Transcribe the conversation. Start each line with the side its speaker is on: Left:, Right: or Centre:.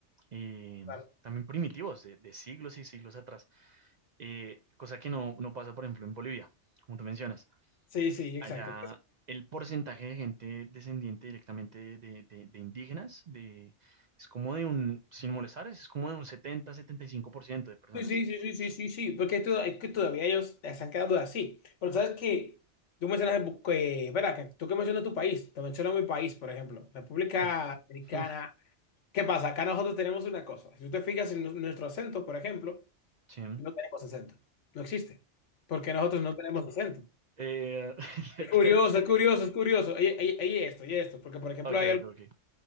Right: eh,
Left: claro
Right: también primitivos, de de siglos y siglos atrás eh, cosa que no, no pasa, por ejemplo, en Bolivia, como tú mencionas.
Left: sí sí exacto
Right: Allá el porcentaje de gente descendiente directamente de, de- de indígenas de, es como de un, sin molestar, es como de un 70-75% de personas.
Left: Sí, sí, sí, sí, sí, sí, sí, porque esto- es que todavía ellos se han quedado así. Pero sabes que tú mencionas, eh, bu- que, ven acá, tú que mencionas tu país, te menciono mi país, por ejemplo, República
Right: Uf,
Left: Dominicana.
Right: <laughs> mm,
Left: ¿Qué pasa? Acá nosotros tenemos una cosa. Si tú te fijas en nu- nuestro acento, por ejemplo,
Right: sí.
Left: no tenemos acento. No existe. Porque nosotros no tenemos acento.
Right: Eh, <laughs>
Left: Es curioso, es curioso, es curioso. Oye, oye, oye esto, oye esto. Porque, por ejemplo,
Right: ok,
Left: hay
Right: ok, ok.